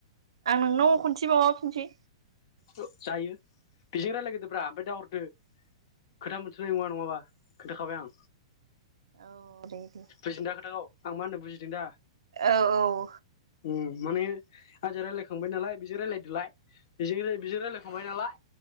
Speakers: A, on the right (about 90°); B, on the left (about 55°).
A: आं नोंनाव खनसे मावाफिनसै
B: ओ जायो बेजों रायलायग्रोदोब्रा ओमफाय दाहरदो खोथा मोनथ'नाय नङा नङाबा खोन्थाखाबाय आं
A: औ दे दे
B: बुजिदों दा खोथाखौ आं मा होनदों बुजिदों दा
A: औ औ
B: उम माने आजों रायलायखांबाय नालाय बेजों रायलायदोलाय बेजों राय बिजों रायलायखांबाय नालाय